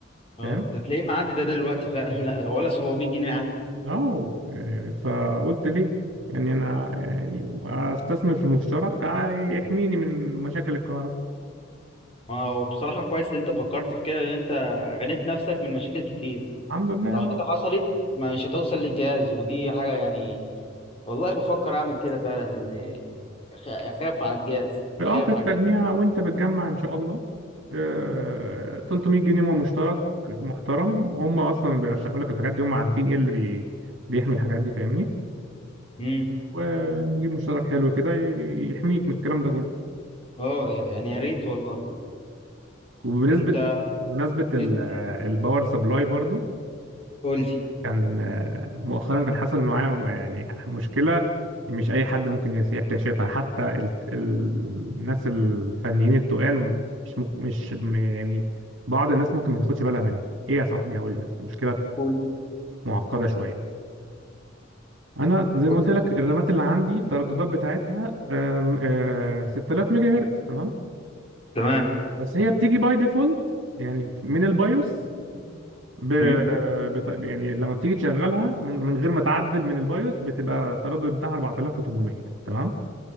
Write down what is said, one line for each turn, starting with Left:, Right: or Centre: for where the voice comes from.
Left: اه
Right: فاهم
Left: ده تلاقيه معدي ده دلوقتي فعلا <laughs> لا ولا 700 جنيه حتى
Right: اه يعني فقلت ليه يعني انا يعني استثمر في مشترك آه، يحميني من مشاكل الكهرباء
Left: ما هو بصراحة كويس ان انت فكرت في كده ان انت غنيت نفسك من مشاكل كتير
Right: الحمد لله
Left: لو حاجة
Right: اه
Left: حصلت مش هتوصل للجهاز ودي حاجة يعني والله بفكر اعمل كده فعلا لان أخ- اخاف على الجهاز
Right: آه،
Left: اخاف
Right: في التجميع
Left: على الجهاز
Right: وانت بتجمع ان شاء الله آه، 300 جنيه مشترك محترم هم اصلا اللي بيرشحوا لك الحاجات دي هم عارفين ايه اللي بي بيحمي الحاجات دي فاهمني
Left: امم
Right: ونجيب مشترك حلو كده ي- يحميك من الكلام ده كله
Left: اه يعني يا ريت والله
Right: وبنسبة
Left: انت
Right: بمناسبة
Left: نسبة
Right: ال- آه، الباور سبلاي برضو
Left: قول لي
Right: كان آه، مؤخرا كان حصل معايا م- يعني مشكلة مش أي حد ممكن يس- يكتشفها حتى ال- ال- الناس الفنيين التقال مش مك- مش م- يعني بعض الناس ممكن ما تاخدش بالها منها إيه يا صاحبي هقول لك مشكلة
Left: قول
Right: معقدة شوية أنا زي
Left: قول.
Right: ما قلت لك الرامات اللي عندي الترددات بتاعتها آم، آه، 6000 ميجا هرتز تمام
Left: تمام
Right: بس هي بتيجي باي ديفولت يعني من البايوس ب...
Left: مم.
Right: بت... يعني لما بتيجي تشغلها من... من غير ما تعدل من البايوس بتبقى التردد بتاعها 4800 تمام